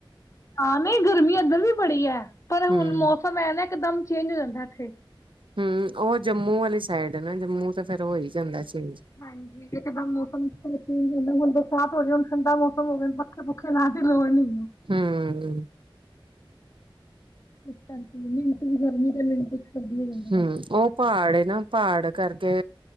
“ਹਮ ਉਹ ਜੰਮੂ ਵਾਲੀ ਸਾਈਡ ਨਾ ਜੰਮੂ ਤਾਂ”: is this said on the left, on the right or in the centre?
Right